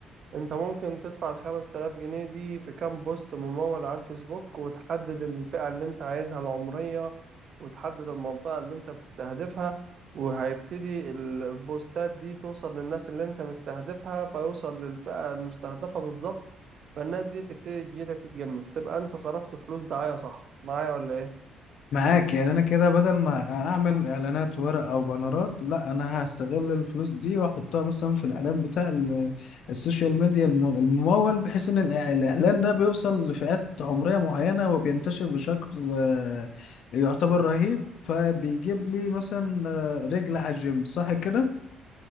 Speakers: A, on the right; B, on the left.
A: انت ممكن تدفع الخمس تلاف جنيه دي في كام بوست ممول على الفيسبوك وتحدد الفئة اللي انت عايزها العمرية وتحدد المنطقة اللي انت بتستهدفها وهيبتدي ال- البوستات دي توصل للناس اللي انت مستهدفها فيوصل للفئة المستهدفة بالظبط فالناس دي تبتدي تجيلك الجيم فتبقى انت صرفت فلوس دعاية صح معايا ولا ايه؟
B: معاك يعني انا كده بدل ما اعمل اعلانات ورق او بانرات لا انا هستغل الفلوس دي واحطها مثلا في الاعلان بتاع ال- السوشيال ميديا الم- الممول بحيث ان الإع- الاعلان ده بيوصل لفئات عمرية معينة وبينتشر بشكل آه، يعتبر رهيب فبيجيب لي مثلا آه، رجل على الجيم صح كده